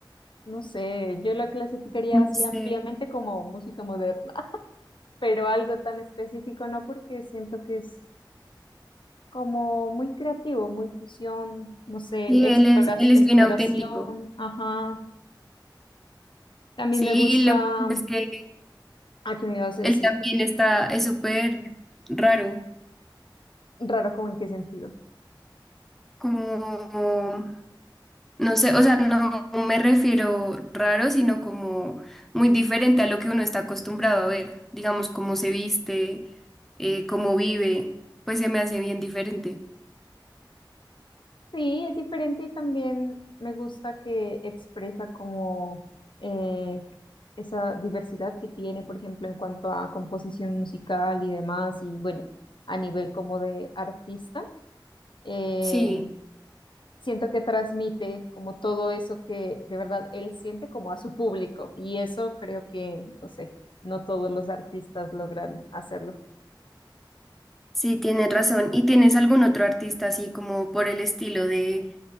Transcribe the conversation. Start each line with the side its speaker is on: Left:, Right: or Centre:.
Left: no sé, yo la clasificaría
Centre: no
Left: así
Centre: sé.
Left: ampliamente como música moderna, <laughs> pero algo tan específico no, porque siento que es como muy creativo, muy fusión, no sé,
Centre: Sí,
Left: exploras-
Centre: él es, él es
Left: exploración,
Centre: bien auténtico.
Left: ajá. También
Centre: Sí,
Left: me gusta,
Centre: y lo que es que
Left: ¿a qué me ibas a
Centre: él
Left: decir?
Centre: también
Left: Perdón.
Centre: está, es súper raro.
Left: Raro, ¿como en qué sentido?
Centre: Como, no sé, o sea, no me refiero raro, sino como muy diferente a lo que uno está acostumbrado a ver. Digamos, cómo se viste, eh, cómo vive, pues se me hace bien diferente.
Left: Sí, es diferente y también me gusta que expresa como eh, esa diversidad que tiene, por ejemplo, en cuanto a composición musical y demás, y bueno, a nivel como de artista, eh,
Centre: Sí,
Left: siento que transmite como todo eso que de verdad él siente como a su público, y eso creo que, no sé, no todos los artistas logran hacerlo.
Centre: sí, tienes razón. ¿Y tienes algún otro artista así como por el estilo de,